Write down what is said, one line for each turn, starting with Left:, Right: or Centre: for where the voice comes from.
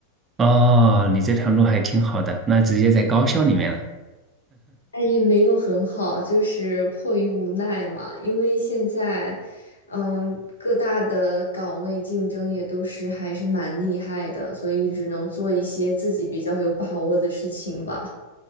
Right: 哦，你这条路还挺好的，那直接在高校里面了。
Left: 哎，也没有很好，就是迫于无奈嘛。因为现在，嗯，各大的岗位竞争也都是还是蛮厉害的，所以只能做一些自己比较有把握的事情吧。